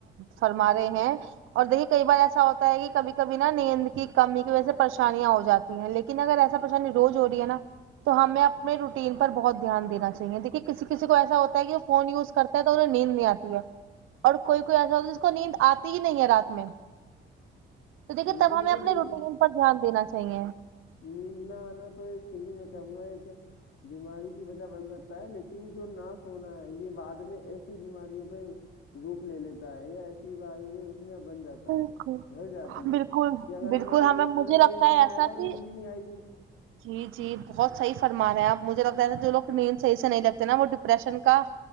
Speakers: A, on the right; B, on the left.
A: فرما رہے ہیں اور دیکھیے کئی بار ایسا ہوتا ہے کہ کبھی کبھی نا نیند کی کمی کی وجہ سے پریشانیاں ہو جاتی ہیں لیکن ک نہ ا ایسا پریشانی روز ہو رہی ہے نا تو ہمیں اپنے روٹین پر بہت دھیان دین چاہیے دیکھیے کسی کسی کو ایسا ہوتا کہ وہ فون یوز کرتا ہے تو انہیں نیند نہیں آتی ہے اور کوئی کوئی ایسا ہوتا جس کو نیند آتی ہی نہیں ہے رات میں تو دیکھیے
B: بالکل
A: تب ہمیں
B: دیکھو
A: اپنے
B: نیند
A: روٹین پر دھیان دینا چاہیے
B: نیند نہ آنا تو ایک فر بھی میں کہوں گا ایک بیماری کی وجہ بن سکتا ہے لیکن جو نا سونا ہے یہ بعد میں ایسی بیماریوں پہ روپ لے لیتا ہے یا ایسی بات ہو ہے اس میں بن جاتا
A: بالکل
B: ہے ڈھل جاتا ہے
A: بالکل
B: کہ اگر
A: بالکل
B: ہم آج
A: ہمیں
B: نہیں سونے
A: مجھے
B: پھر
A: لگتا
B: ایک سمے
A: ہے ایسا
B: آئے گا ہم
A: کہ
B: نیند ہی نہیں آئے گی
A: جی جی بہت صحیح فرمارہے آپ مجھے لگتا ہے ایسا جو لوگ نیند صحیح سے نہیں لتے نا وہ ڈپرشن کا